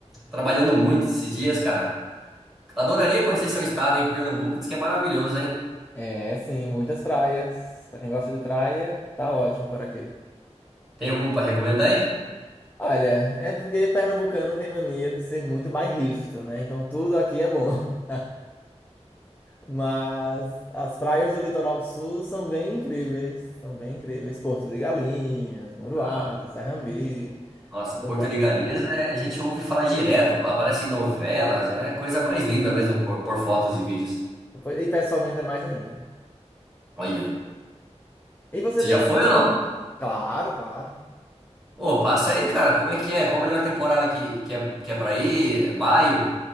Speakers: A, in the centre; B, on the left (about 15°).
A: trabalhando muito esses dias, cara. Adoraria conhecer seu estado, hein? Pernambuco diz que é maravilhoso, hein?
B: É, sim, muitas praias. Pra quem gosta de praia, tá ótimo por aqui.
A: Tem alguma para recomendar aí?
B: Olha, é porque pernambucano tem mania de ser muito bairrista, né? Então tudo aqui é bom. <laughs> Mas as praias do litoral sul são bem incríveis. São bem incríveis. Porto de Galinhas, Muro
A: Ah,
B: Alto, Serrambi.
A: nossa, Porto
B: todas elas
A: de Galinhas,
B: são-
A: é- a gente ouve falar direto, pa- aparece em novelas, é coisa mais linda mesmo por, por fotos e vídeos.
B: Pois- E pessoalmente é mais ainda.
A: Olha,
B: E você
A: você
B: tem
A: já foi
B: ido pra
A: ou não?
B: onde? Claro, claro.
A: Ô, passa aí, cara, como é que é? Qual a melhor temporada que, que é, que é para ir? É Maio?